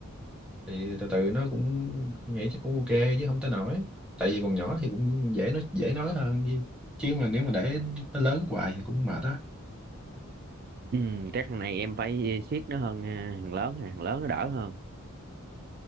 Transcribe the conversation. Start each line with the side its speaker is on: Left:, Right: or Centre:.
Centre: thì từ từ nó cũng nghĩ chắc cũng ok chứ không tới nổi tại vì còn nhỏ thì cũng dễ nó dễ nói hơn như chứ mà nếu mà để nó lớn hoài thì cũng mệt á
Right: Ừ, chắc thằng này em phải siết nó hơn à, thằng lớn à, thằng lớn nó đỡ hơn